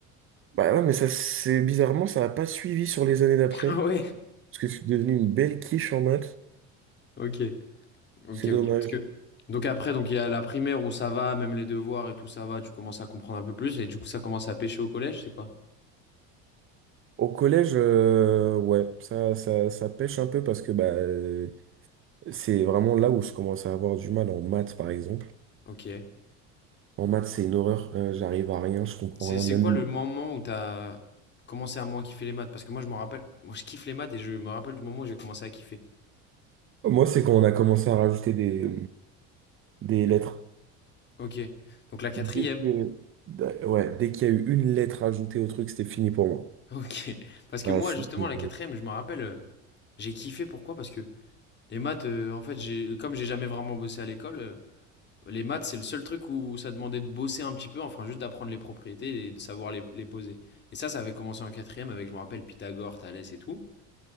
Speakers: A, on the right (about 40°); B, on the left (about 35°).
A: Bah non, mais ça, c'est bizarrement, ça n'a pas suivi sur les années d'après.
B: <laughs> Ah ouais,
A: Parce que je suis devenu une belle quiche en maths.
B: ok, ok,
A: C'est
B: ok.
A: dommage.
B: Parce que... Donc après, donc il y a la primaire où ça va, même les devoirs et tout, ça va, tu commences à comprendre un peu plus, et du coup ça commence à pêcher au collège, c'est quoi?
A: Au collège, euh, ouais, ça, ça, ça pêche un peu parce que bah, euh, c'est vraiment là où je commence à avoir du mal en maths, par exemple.
B: Ok.
A: En maths, c'est une horreur, euh, j'arrive à rien, je comprends
B: C'est,
A: rien.
B: c'est
A: Même
B: quoi le moment où t'as commencé à moins kiffer les maths? Parce que moi je me rappelle, moi je kiffe les maths et je me rappelle du moment où j'ai commencé à kiffer.
A: moi, c'est quand on a commencé à rajouter des, des
B: Les
A: lettres.
B: profs. Ok. Donc la quatrième.
A: Dès que-
B: <laughs>
A: d'a- ouais, dès qu'il y a eu une lettre ajoutée au truc, c'était fini pour moi.
B: Ok. Parce que
A: Ouais,
B: moi
A: c'était-
B: justement la quatrième, je me rappelle, euh, j'ai kiffé pourquoi? Parce que les maths, euh, en fait, j'ai, comme j'ai jamais vraiment bossé à l'école, euh, Les maths, c'est le seul truc où ça demandait de bosser un petit peu, enfin juste d'apprendre les propriétés et de savoir les, les poser. Et ça, ça avait commencé en quatrième avec, je me rappelle, Pythagore, Thalès et tout.